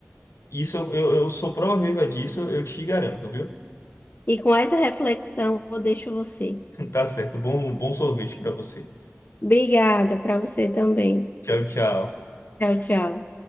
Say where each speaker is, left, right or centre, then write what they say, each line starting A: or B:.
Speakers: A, on the left; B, on the left.
A: Isso eu, eu, eu sou prova viva disso, eu te garanto, viu?
B: E com essa reflexão, eu deixo você.
A: <laughs> Tá certo. Bom, bom sorvete pra você.
B: Obrigada para você também.
A: Tchau, tchau.
B: Tchau, tchau.